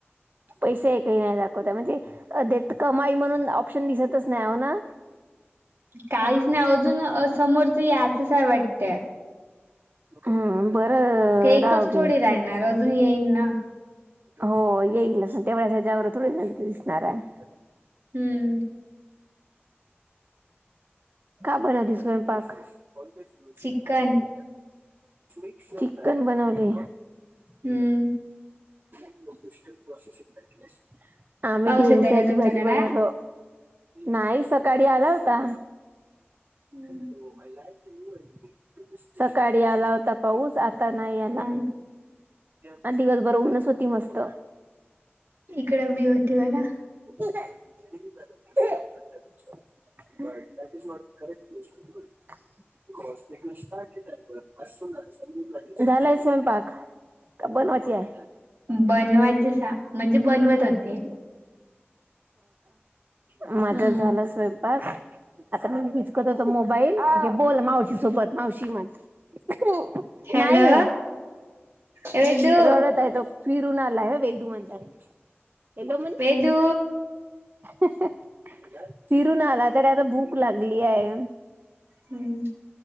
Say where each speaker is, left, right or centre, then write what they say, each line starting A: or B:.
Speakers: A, on the right; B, on the right.
A: पैसे एक काही नाही दाखवता म्हणजे, अ देत कमाई म्हणून ऑप्शन दिसतच नाही, हो ना.
B: काहीच नाही अजून समोरचं याचच काय वाटतंय.
A: हम् बरं,
B: ते एकच
A: रावगे.
B: थोडी राहणार
A: <inaudible>
B: अजून येईन ना
A: हो येईल, अस तेव त्याच्यावर थोडीती दिसणार हाय.
B: हम्म
A: का बनवती स्वयंपाक? बोलच
B: चिकन
A: काले, <inaudible> चिकन बनवले.
B: हम्म
A: शू शूशु.. लोके प्रश <inaudible> अम्ही
B: पाऊस
A: गेम्सची
B: येतय का तुमच्याकडे?
A: भाजी बनवलो, नाही सकाळी आला होता.
B: हम्म <unintelligible>
A: <unintelligible> सकाळी आला होता. पाऊस, आता नाही आला.
B: हा
A: आणि दिघस बर ऊनच होती मस्त.
B: इकड बी होती ऊन.
A: <inaudible> <inaudible> झाला का स्वयंपाक? का बनवायची आहे?
B: बनवायच सा म्हणजे बनवत होते.
A: मझा
B: हम्म
A: झाला स्वयंपाक आता मी बी कद दे मोबाईलमाओव शी <inaudible> की, सोबत मावशी मनत
B: हॅलो
A: नाही.
B: ए वेदू
A: रडत हे त फिरुन आला हा वेदू मनता वेदु म्हना.
B: वेदू
A: हह! ! फिरून आला तरी आता भूक लागली आहे.
B: हम्म!